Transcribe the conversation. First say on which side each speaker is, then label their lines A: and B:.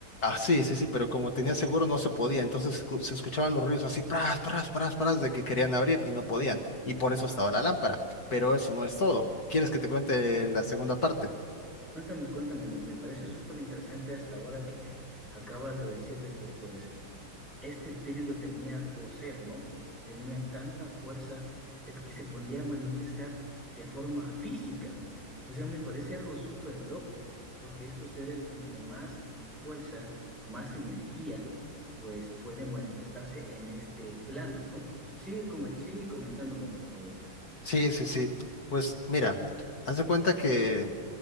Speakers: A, on the left; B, in the centre.
A: Ah, sí, sí, sí, pero como tenía seguro no se podía, entonces escu- se escuchaban los ruidos así, pras, pras, pras, pras, de que querían abrir y no podían, y por eso estaba la lámpara, pero eso no es todo. ¿Quieres que te cuente la segunda parte?
B: Cuéntame, cuéntame, me, me parece súper interesante hasta ahora que me acabas de decir de que pues este espíritu tenía o ser, ¿no? Tenía tanta fuerza eh, que se podía manifestar de forma física. O sea, me parece algo súper loco, porque estos seres entre más fuerza, más energía, pues pueden manifestarse en este plano, ¿no? Sigue, come- sigue comentándome, por favor.
A: Sí, sí, sí. Pues mira, haz de cuenta que